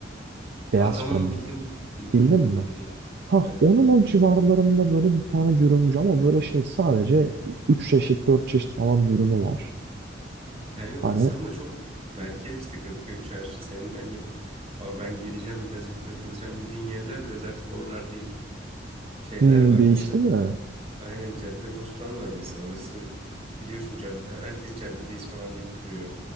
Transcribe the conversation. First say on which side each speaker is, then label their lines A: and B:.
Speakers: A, on the right; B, on the right.
A: Beyaz
B: Aa tamam
A: fırın mı?
B: bildim. Bildim
A: Bildin
B: bildim
A: mi?
B: okey.
A: Ha
B: Evet.
A: onun o civarlarında böyle bir tane dürümcü ama böyle şey sadece 3 çeşit 4 çeşit falan dürümü var.
B: Kanka orası
A: Hani
B: ama çok merkez işte Kadıköy çarşı. Senin hani abi ben geleceğim birazcık takılacağım dediğin yerler biraz artık oralar değil. Şeyler
A: hmm,
B: var mesela.
A: değişti mi?
B: Aynen Caddebostan var mesela. Orası biliyorsun cadde, herkes caddedeyiz falan deyip duruyor.